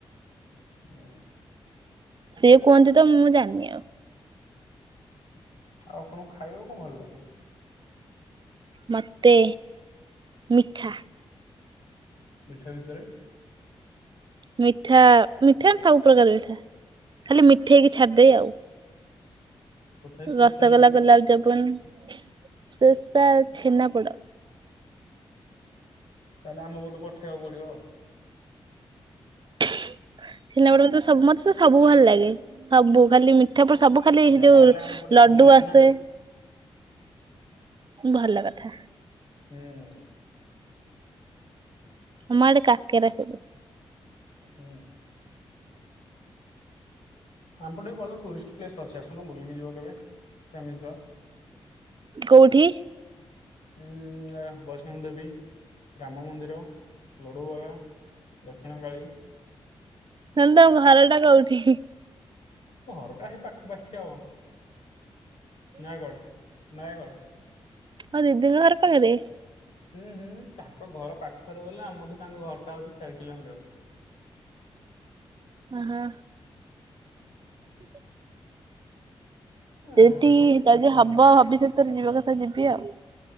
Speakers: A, on the left (about 80°); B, on the right (about 45°).
A: ହୁଁ।
B: ସେ କୁହନ୍ତି ତ ମୁଁ ଜାଣିନି ଆଉ
A: ଆଉ ଆପଣଙ୍କୁ ଖାଇବାକୁ କଣ ଭଲ ଲାଗେ?
B: ମତେ ମିଠା
A: ମିଠାାଭିତରେ
B: ମିଠା ମିଠା ସବୁ ପ୍ରକାର ମିଠା ଖାଲି ମିଠେଇ ହେଇକି ଛାଡିଦେଇ ଆଉ
A: ତଥାପି ସ୍ପେଶାଲ
B: ରସଗୋଲା
A: କିଛି?
B: ଗୋଲାପଜାମୁନ ସ୍ପେସିଆଲ ଛେନାପୋଡ
A: ତାହେଲେ ଆମ ପଟକୁ ପଠେଇବାକୁ ପଡିବ ଆଉ
B: <unintelligible> ତ ସବୁ ଭଲ ଲାଗେ ସବୁ ଖାଲି ମି ସେପରେ ସବୁ ଖାଲି
A: ଯାହାହେଲେ
B: ଯୋଉ
A: ଆମ ପଟେ
B: ଲଡୁ
A: ଫେମସ
B: ଆସେ
A: ନା।
B: ଭଲ କଥା
A: ହୁଁ।
B: ତମ ଆଡେ କାକେରେ ହେବ
A: ହୁଁ। ଆମପଟେ ବି ଭଲ, ଟୁରିଷ୍ଟ ପ୍ଲେସ୍ ଅଛି ଆସୁନ ବୁଲିକି ଯିବ କେବେ। <inaudible>
B: କୋଉଠି?
A: ହୁଁ ବୈଷ୍ଣବ ଦେବୀ ରାମ ମନ୍ଦିର ଲଡ଼ୁବାବା ଦକ୍ଷିଣକାଳି
B: ହେଲେ ତମ ଘରଟା କଉଠି?
A: ଘରଟା ହେଇ ପାଖାପାଖି ନୟାଗଡ଼ ନୟାଗଡ଼,
B: ହଉ ଦିଦିଙ୍କ ଘର ପାଖରେ
A: ହୁଁ ହୁଁ ତାଙ୍କ ଘର ପାଖରେ ବଲେ ଆମଠୁ ତାଙ୍କ ଘର ଟା ହଉଛି ଚାରି କିଲୋମିଟର
B: ହୁଁ ହୁଁ ହ <inaudible>
A: ହୁଁ
B: ସେଠି
A: ଗୋଟେ
B: ଯଦି
A: କ୍ଲାସମେଟ
B: ହବ
A: ବା
B: ଭବିଷ୍ୟତରେ ଯିବା କଥା ତ ଯିବି ଆଉ।